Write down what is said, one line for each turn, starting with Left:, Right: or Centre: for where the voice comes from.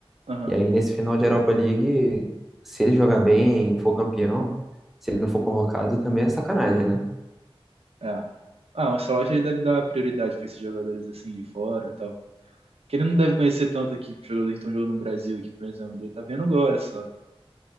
Right: Aham.
Centre: E aí, nesse final de Europa League, se ele jogar bem, for campeão, se ele não for convocado, também é sacanagem, né?
Right: É. Ah, o Ancelotti ele deve dar prioridade para esses jogadores assim de fora e tal. Porque ele não deve conhecer tanto aqui, jogadores que estão jogando no Brasil aqui, por exemplo. Ele tá vendo agora só.